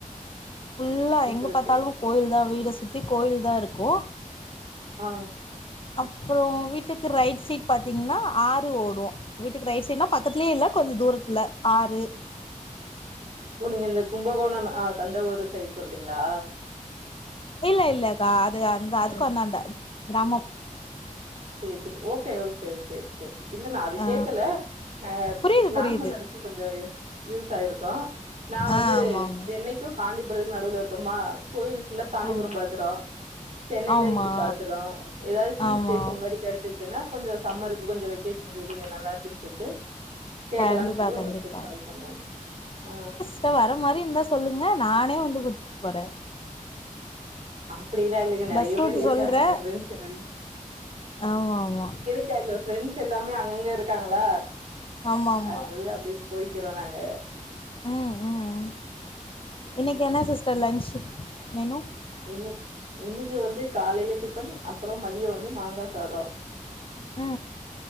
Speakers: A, on the left; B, on the right.
A: ஃபுல்லா
B: ஓகே
A: எங்க
B: ஓகே
A: பாத்தாலு கோயில் தா வீடு சுத்தி கோயில் தா இருக்கு
B: ஆ
A: அப்றோ வீட்டுக்கு ரைட் சைட் பாத்தீங்கன்னா ஆறு ஓடு வீட்டுக்கு ரைட் சைட்னா பக்கத்துலயே இல்ல கொஞ்ச தூரத்துல ஆறு
B: ஓ நீங்க இந்த கும்பகோணம் ஆ தஞ்சாவூரு சைட் சொல்றீங்களா
A: இல்ல இல்லக்கா அது அந்த அதுக்கு
B: ம்
A: அந்தாண்டா கிராமம்
B: சேர் சேரி ஓகே ஓகே ஓகே கே இல்ல நா அது
A: ஆ
B: கேக்கல நாங்க
A: புரியுது
B: பிளான்
A: புரியுது
B: பண்றதுக் கு கொஞ்ச யூஸ் ஆயிருக்கு நா வந்து
A: ஆ ஆமா ஆமா
B: சென்னைக்கு காஞ்சிபுரத்துக்கு நடுவுல்ல இருக்கோம்மா கோவில் ஃபுல்லா காஞ்சிபுரம்
A: ஆமா
B: பத்துறோ சென்னையில
A: ஆமா
B: இப்டி பாத்துறோ எதாவது ஹில்ஸ்
A: ஆமா
B: ஸ்டேஷ் கெடச்சுன்னா கொஞ்சோ சம்மருக்கு கொஞ்ச வெகேஷனுக்கு கொஞ்ச நல்ல இருக்குன் சொல்ட்டு கேக்கலான்
A: கண்டிப்பா
B: சொல்லி உங்கள்ட
A: கண்டிப்பா
B: கால் பண்ணே ஆ
A: கா வர மாறி இருந்தா சொல்லுங்க நானே வந்து கூட் போறே
B: அப்டில்லா இல்லங்க நெறைய
A: பஸ் ரூட்
B: பேர் இருக்காங்க
A: சொல்றே
B: ஃப்ரெண்ட்ஸ் எல்லாரு
A: ஆமா ஆமா
B: க்காங்க ஃப்ரெண்ட்ஸ் எல்லாமே அங்கங்க இருக்காங்களா
A: ஆமா ஆமா
B: அதுனல்ல அப்டியே போய்க்கிறோ நாங்க
A: ம் ம் ம் இன்னைக்கு என்ன சிஸ்டர் லன்ச் மெனு
B: இன்னிக் இன்னிக்கு வந்து காலையில டிபன் அப்புறம் மதிய வந்து மாங்கா சாதோ
A: அ